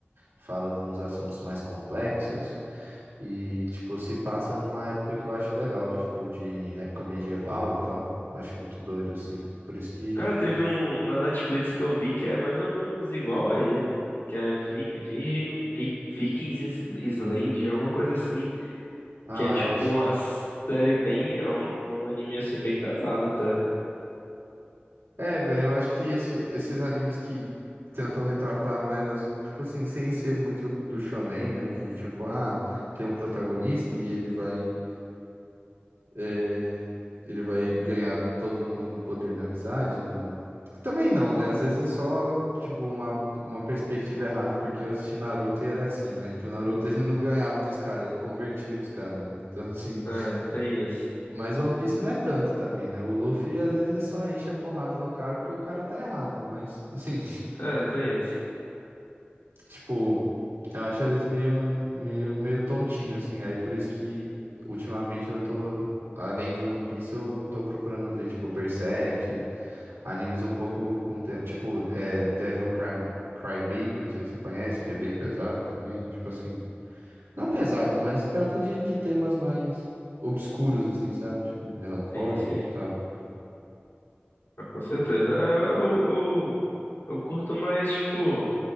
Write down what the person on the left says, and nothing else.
Cara, teve
um na Netflix que eu vi que é mais ou menos igual a ele. Que é Vi, Virgin, Vi- Vikings Is- Island, alguma coisa assim.
Que é tipo
uma série bem. É um, um anime assim, bem pesado até.
É, tem isso.
É, tem isso.
Sim, sim.
Ah, Com certeza. É, Eu, eu, eu curto mais, tipo,